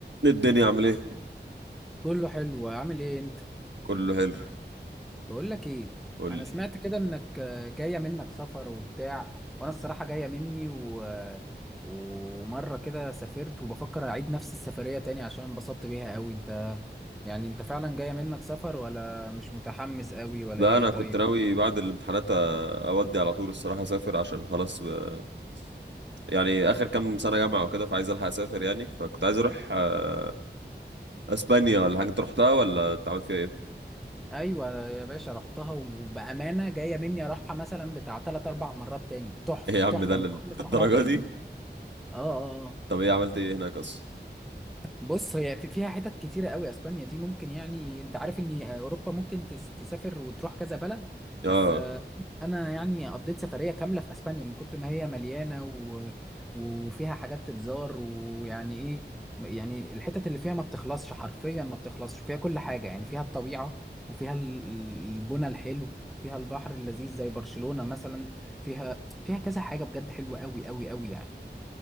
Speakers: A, on the right; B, in the centre.
A: الدنيا عامل ايه
B: كله حلو عامل ايه انت
A: كله حلو
B: بقول لك ايه
A: قول
B: انا
A: لي
B: سمعت كده انك آه، جايه منك سفر وبتاع وانا الصراحه جايه مني و... آه، ومره كده سافرت وبفكر اعيد نفس السفريه تاني عشان انبسطت بيها قوي انت يعني انت فعلا جايه منك سفر ولا مش متحمس قوي ولا
A: ده
B: ايه
A: انا كنت
B: طيب
A: ناوي بعد الامتحانات أ- اودي على طول الصراحه اسافر عشان خلاص ب... يعني اخر كام سنه جامعه وكده فعايز الحق اسافر يعني فكنت عايز اروح آه، اسبانيا ولا حاجه انت رحتها ولا أنت عملت فيها ايه
B: ايوه يا باشا رحتها وبامانه جايه مني اروحها مثلا بتاع 3 4 مرات تاني
A: <laughs>
B: تحفه
A: ايه يا
B: تحفه
A: عم ده لل-
B: ومتحمس
A: للدرجه
B: اروح لها تاني
A: دي
B: اه اه آه.
A: طب ايه عملت ايه هناك اصلا
B: بص هي في فيها حتت كتيرة قوي اسبانيا دي ممكن يعني انت عارف ان اوروبا ممكن تس- تسافر وتروح كذا بلد
A: اه
B: بس آه، انا يعني قضيت سفرية كاملة في اسبانيا من كتر ما هي مليانة و... وفيها حاجات تتزار ويعني ايه يعني الحتت اللي فيها ما بتخلصش حرفيا ما بتخلصش وفيها كل حاجة يعني فيها الطبيعة وفيها ال- البنى الحلو فيها البحر اللذيذ زي برشلونة مثلا فيها فيها كذا حاجة بجد حلوة قوي قوي قوي يعني